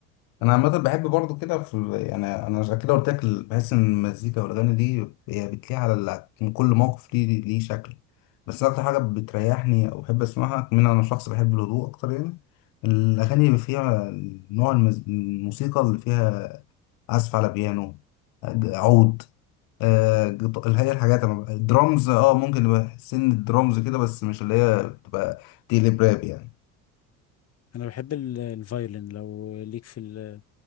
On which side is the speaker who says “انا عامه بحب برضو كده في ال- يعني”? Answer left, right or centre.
Left